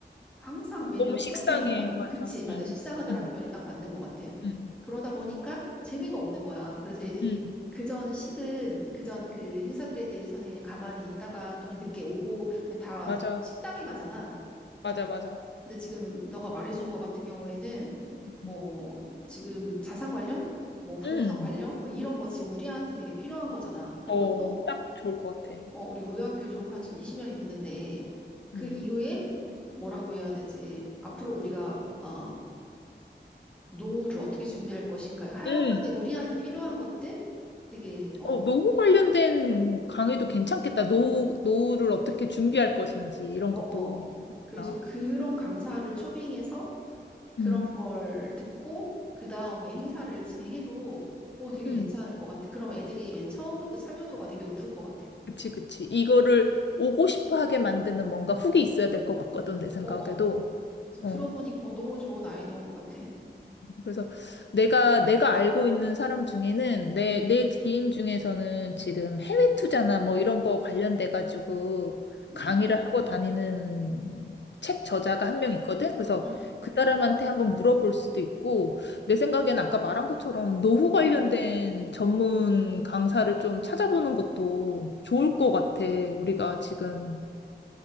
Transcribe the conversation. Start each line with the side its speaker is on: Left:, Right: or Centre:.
Centre: 항상 매년
Left: 너무
Centre: 똑같으니까.
Left: 식상해. 맞아.
Centre: 그치, 맞아.
Left: 음,
Centre: 식상하다는
Left: 음,
Centre: 표현이 딱 맞는 것 같아.
Left: 음,
Centre: 그러다 보니까 재미가 없는 거야. 그래서 애들이
Left: 음.
Centre: 그전 식은, 그전 그 행사들에 대해서는 그냥 가만히 있다가 또는 늦게 오고, 근데 다
Left: 맞아.
Centre: 식당에 가잖아.
Left: 맞아, 맞아.
Centre: 근데 지금 너가 말해준 것 같은 경우에는, 뭐,
Left: 음.
Centre: 지금 자산 관련? 뭐, 부동산
Left: 음.
Centre: 관련? 뭐, 이런 거 지금 우리한테 되게 필요한 거잖아. 그리고
Left: 어,
Centre: 또,
Left: 딱 좋을 것 같아.
Centre: 뭐 우리 고등학교 졸업한 지금 20년이 됐는데, 그
Left: 음.
Centre: 이후에 뭐라고 해야 되지? 앞으로 우리가, 어, 노후를 어떻게 준비할 것인가요? 하여간에
Left: 음.
Centre: 우리한테 필요한 것들 되게 어,
Left: 어, 노후 관련된 강의도 괜찮겠다. 노후, 노후를 어떻게 준비할 것인지, 이런
Centre: 어,
Left: 것도.
Centre: 어.
Left: 괜찮다.
Centre: 그래서 그런 강사를 초빙해서 그런
Left: 음,
Centre: 걸 듣고 그 다음에 행사를 진행해도 오 되게
Left: 음,
Centre: 괜찮을 것 같아. 그러면 애들이 맨 처음부터 참여도가 되게 높을 것 같아.
Left: 그치, 그치. 이거를 오고 싶어 하게 만드는 뭔가 훅이 있어야 될 것 같거든, 내 생각에도.
Centre: 어, 어. 지금
Left: 어,
Centre: 들어보니까 어, 너무 좋은 아이디어인 것 같아.
Left: 그래서 내가 내가 알고 있는 사람 중에는 내
Centre: 응,
Left: 내 지인 중에서는 지금 해외 투자나 뭐 이런 거 관련돼 가지고 강의를
Centre: 응,
Left: 하고 다니는 책 저자가 한 명 있거든. 그래서
Centre: 응,
Left: 그 사람한테 한번 물어볼 수도 있고 내 생각엔 아까 말한 것처럼 노후 관련된 전문 강사를 좀 찾아보는 것도 좋을 것 같아. 우리가 지금